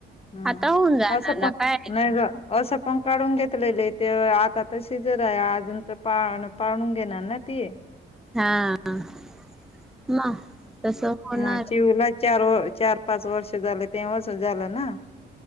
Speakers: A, on the left; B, in the centre.
A: हम्म
B: आता होऊन जाणार
A: असं
B: ना
A: प
B: काय
A: नाही ग असं पण काढून घेतलेलं ते आता त शिजर आहे अजून तर पा पाळून घेणार ना तेे
B: हा मग तस होणार
A: म चिव ला चार व चार पाच वर्ष झालं तेव्हाच झालं ना